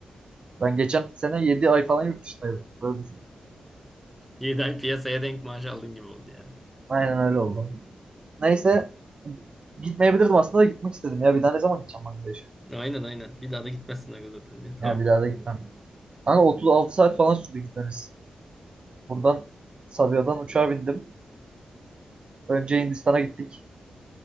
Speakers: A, on the right; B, in the centre.
A: ben geçen sene 7 ay falan yurt dışındaydım. Böyle düşün.
B: yedi ay piyasaya denk maaş aldın gibi oldu yani.
A: Aynen
B: A-
A: öyle oldu. Neyse gitmeyebilirdim aslında da gitmek istedim ya. Bir daha ne zaman gideceğim ben de yaşa.
B: Aynen aynen. Bir daha da gitmezsin aga zaten diye. <laughs> Tamam.
A: Ya bir daha da gitmem. Kanka 36 saat falan sürdü gitmemiz. Buradan Sabiha'dan uçağa bindim. Önce Hindistan'a gittik.